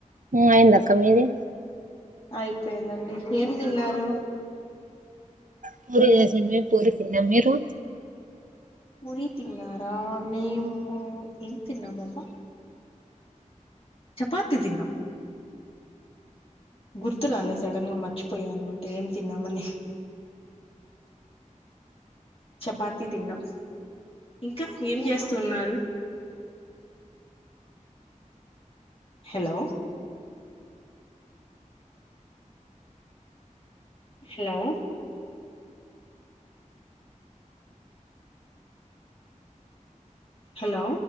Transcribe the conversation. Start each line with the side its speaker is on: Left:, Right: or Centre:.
Right: అయిందక్క మీది
Left: అయిపోయిందండి ఏం తిన్నారు
Right: పూరి చేసుంటే పూరి తిన్నాం మీరు
Left: పూరి తిన్నారా మేము ఎం తిన్నాము అబ్బా చపాతి తిన్నాం గుర్తురాలే సడన్ గా మర్చిపోయా అనమాట ఏం తిన్నామని
Right: అ
Left: చపాతీ తిన్నాం ఇంకా ఏం చేస్తున్నారు హలో హలో హలో